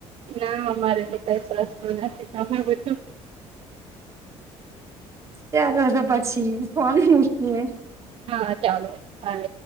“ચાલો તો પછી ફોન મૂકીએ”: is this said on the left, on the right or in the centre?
Right